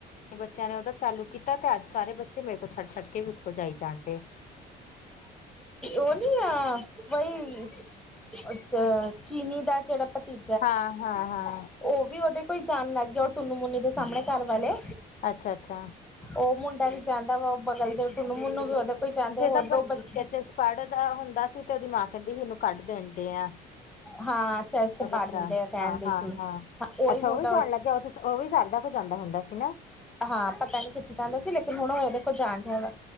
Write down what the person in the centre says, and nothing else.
ਓ ਨੀ ਆ ਵਹੀ, ਓਚ ਚੀਨੀ ਦਾ ਜਿਹੜਾ ਭਤੀ
ਉਹ ਵੀ ਉਹਦੇ ਕੋਈ ਜਾਣ ਲੱਗ ਗਿਆ, ਉਹ ਟੁੰਨੂ- ਮੁਨੂੰ ਦੇ ਸਾਹਮਣੇ ਘਰ ਵਾਲੇ।
ਓ ਮੁੰਡਾ ਵੀ ਜਾਂਦਾ ਵਾ, ਉਹ ਬਗਲ ਦੇ ਟੁੰਨੂੰ- ਮਨੂੰ ਵੀ ਓਦੇ ਕੋ ਜਾਂਦੇ,
ਹੋਰ ਦੋ
ਬੱਚੇ
ਹਾਂ ਚਰਚ ਚ
ਪਾ
ਦਿੰਦੇ ਆ ਕਹਿਣ
ਦੀ
ਸੀ
ਉਹੀ
ਮੁੰਡਾ
ਹਾਂ, ਪਤਾ ਨੀ ਕਿੱਥੇ ਜਾਂਦੇ ਸੀ ਲੇਕਿਨ, ਹੁਣ ਏਦੇ ਕੋਲ ਜਾਣ ਦਿਆ ਵਾ